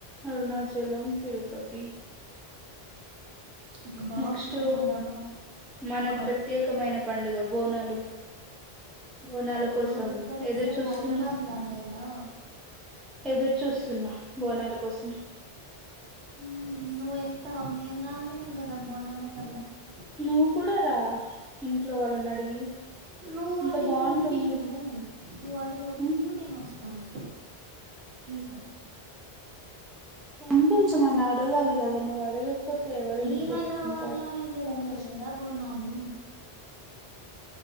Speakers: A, in the centre; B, on the right.
A: అరుణాచలం తిరుపతి పతి
B: ఒక బాక్స్
A: నెక్స్ట్
B: ఒక డబ్బా
A: మనం
B: ఒక డబ్బా
A: ప్రత్యేకమైన పండుగ బోనాలు బోనాల
B: బోనాలు
A: కోసం
B: ఎక్కడ
A: ఎదురు
B: ఇస్తారు
A: చూస్తున్న
B: హైదరాబాద్ లనేగా
A: ఎదురు చూస్తు న్నా బోనాల కోసం
B: హ నువ్ వెళ్తావ నేను రాలేను గదా బోనాల పండకి
A: నువ్వు కూడా రా ఇంట్లో వాళ్లన అడిగి
B: నువ్వు
A: ఇంత
B: అడిగి
A: బాగుంటుంది
B: ఒప్పయూ నువ్ అడిగి ఒప్పయూ
A: ఉమ్,
B: నేను వస్తస్తాను నీతో పాటు
A: పంపించమని అడగాలి కదా నువ్వు అడగకపోతే ఎవరు
B: మీ
A: ఎందుకు
B: హైదరాబాద్
A: ఒప్పుకుంటారు
B: లోనే జరుగుతాయి
A: పంపిస్త
B: కదా బోనాలు